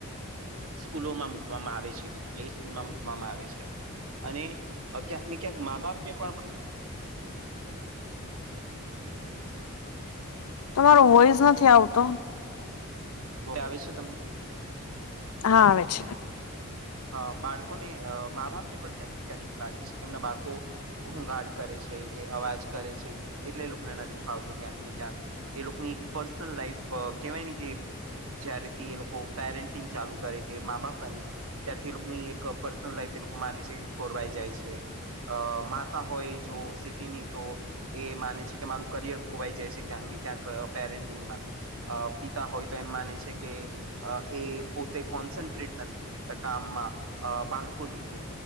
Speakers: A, on the right; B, on the left.
A: સ્કૂલોમાં મુૂકવામાં આવે છે કે પ્લે સ્કૂલમાં મુૂકવામાં આવે છે અને ક્યાંક ને ક્યાંક મા બાપ ને પણ
B: તમારો વોઈસ નથી આવતો
A: ઘોરે આવે છે તમને
B: હા વિ છે
A: અ બાળકોને અ મા બાપ ને પણ ક્યાંક ને ક્યાંક લાગે છે કે એમના બાળકો ઘૂઘાટ કરે છે કે અવાજ કરે છે એટલે લોકોને નથી ફાવતું ક્યાંક ને ક્યાંક. એ લોકોની પર્સનલ લાઈફ કેહેવાય ને કે જયારેથી એ લોકો પેરેન્ટિંગ ચાલુ કરે કે મા બાપ બને. ત્યારથી લોકોની એક પર્સનલ લાઈફ એ લોકો માને છે, કોરવાઈ જાય છે. અ માતા હોય જો સિટીની તો એ માને છે કે મારું કરિયર ખોવાઈ જાય છે ક્યાંક ને ક્યાંક અ પેરેન્ટિંગમાં. અ પિતા હોય તો એમ માને છે કે અ એ પોતે કોન્સન્ટ્રેટ નથી કામમાં અ બાળકો લીધે.